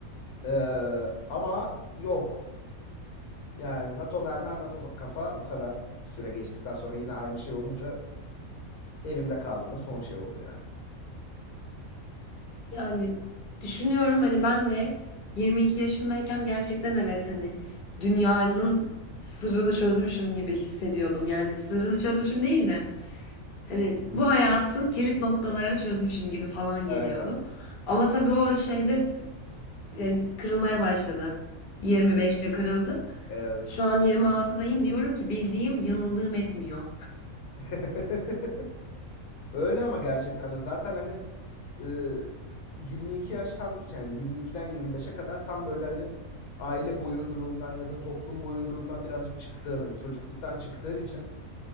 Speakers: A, on the left; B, on the left.
A: Ee, ama yok. Yani NATO mermer, NATO kafa bu kadar süre geçtikten sonra yine aynı şey olunca evimde kaldığında son şey oldu yani.
B: Yani düşünüyorum hani ben de 22 yaşındayken gerçekten evet hani dünyanın sırrını çözmüşüm gibi hissediyordum. Yani sırrını çözmüşüm değil de hani bu hayatın kilit noktalarını çözmüşüm gibi falan
A: Aynen.
B: geliyordu. Ama tabii o şeyde yani kırılmaya başladı. 25'te kırıldı.
A: Evet.
B: Şu an 26'dayım diyorum ki bildiğim yanıldığım etmiyor.
A: <laughs> Öyle ama gerçekten de zaten hani e, 22 yaş tam yani 22'den 25'e kadar tam böyle hani aile boyunduruğundan ya da toplum boyunduruğundan birazcık çıktığın hani çocukluktan çıktığın için